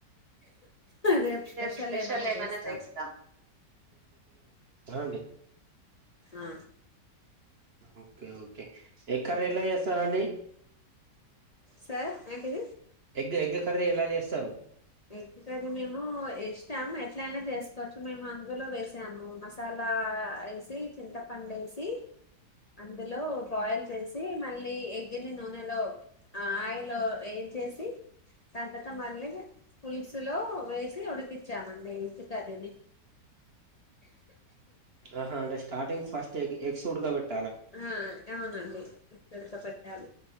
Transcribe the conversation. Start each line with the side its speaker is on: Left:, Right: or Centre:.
Left: రేపు
Right: ే స్పెషల్
Left: ఏమైనా
Right: ఏమ
Left: చేస్తాం
Right: చేస్తా ండి
Left: ఆ
Right: ఓకేఓకే ఎక్కర ఎలా చేస్తారండి
Left: సార్ ఏంటిది
Right: ఎగ్ ఎగ్ కర్రీ ఎలా చేస్తారు
Left: ఎకుకరి మేము ఇష్టాం ఎట్లయినా చేసుకోవచ్చు మేము అందులో వేసాము మసాలా వేసి చింత పడు వేసి అందులో బాయిల్ చేసి మళ్ళీ ఎగ్గిని నూనెలో ఆ ఆయిల్ చేసి దాని తర్వా మళ్ళీ పులుసులో వేసి ఉడికిచ్చామండి వల్సు కర్రీని
Right: ఆహా అంటే స్టార్టింగ్ ఫస్ట్ ఎగ్ ఎగ్స్ ఉడకపెట్టి
Left: ఆ అవునండి ఎగ్స్ ఉడక పెట్టాలి